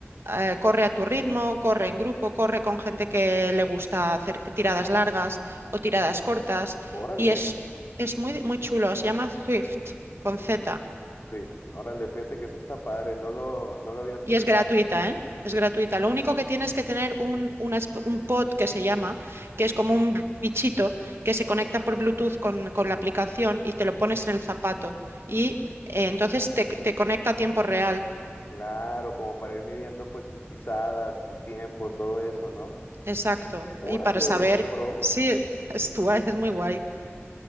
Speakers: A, on the right; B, on the left.
A: eh, corre a tu ritmo, corre en grupo, corre con gente que le gusta hacer tiradas largas o tiradas cortas
B: Órale,
A: y es, es muy, muy chulo, se llama Swift con Z
B: Swift. Órale, fíjate que eso está padre, no lo, no lo había escuchado.
A: y es gratuita, ¿eh? Es gratuita. Lo único que tienes que tener un, una esp- un pod que se llama, que es como un bichito que se conecta por Bluetooth con, con la aplicación y te lo pones en el zapato. Y eh, entonces te,
B: Oh,
A: te conecta a tiempo real.
B: Claro, como para ir midiendo pues tus pisadas, tu tiempo, todo eso, ¿no?
A: Exacto.
B: Órale,
A: Y para saber,
B: oye, qué pro.
A: sí, <laughs> es, tu- es muy guay.